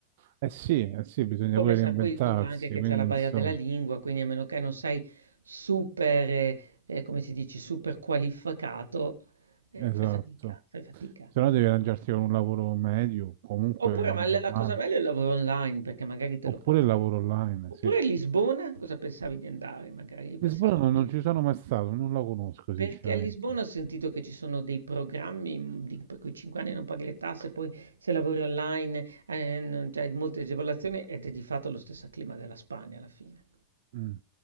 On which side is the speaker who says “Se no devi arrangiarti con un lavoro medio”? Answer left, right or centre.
Right